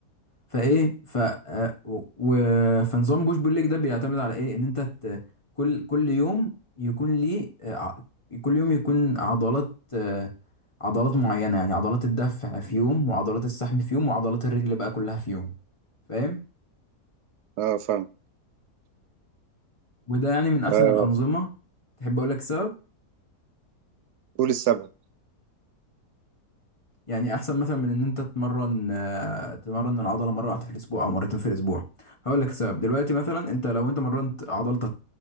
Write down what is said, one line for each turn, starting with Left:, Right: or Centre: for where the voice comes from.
Left: فايه ف آه، و... و- فنظام بوش بول ليج ده بيعتمد على ايه ان انت ت... كل كل يوم يكون ليه آه، ع- كل يوم يكون عضلات آه، عضلات معينة يعني عضلات الدفع في يوم وعضلات السحب في يوم وعضلات الرجل بقى كلها في يوم فاهم
Right: اه فاهم
Left: وده يعني من احسن
Right: آه
Left: الانظمة تحب اقول لك سبب؟
Right: قول السبب
Left: يعني احسن مثلا من ان انت تتمرن آه، تمرن العضله مره واحده في الاسبوع او مرتين في الاسبوع هقول لك السبب دلوقتي مثلا انت لو انت مرنت عضلتك